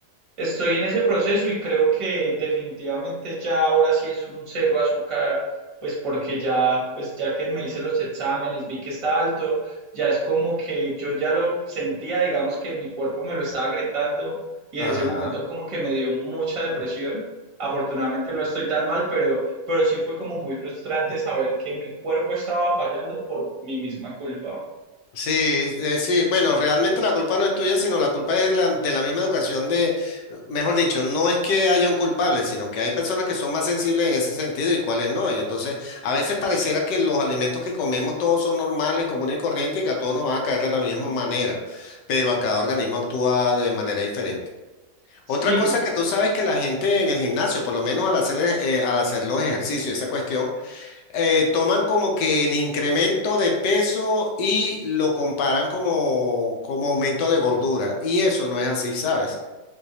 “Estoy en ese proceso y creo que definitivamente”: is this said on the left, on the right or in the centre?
Right